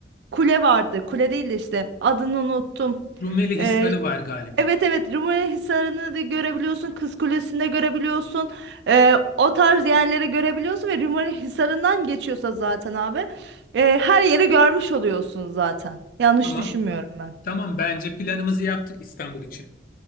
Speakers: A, on the right; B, on the left.
A: kule vardı. Kule değil de işte adını unuttum.
B: Rumeli
A: Ee,
B: Hisarı var galiba.
A: Evet evet Rumeli Hisarı'nı da görebiliyorsun, Kız Kulesi'ni de görebiliyorsun. Ee, o tarz yerleri görebiliyorsun ve Rumeli Hisarı'ndan geçiyorsa zaten abi e, her yeri görmüş oluyorsun zaten. Yanlış
B: Tamam.
A: düşünmüyorum ben.
B: Tamam bence planımızı yaptık İstanbul için.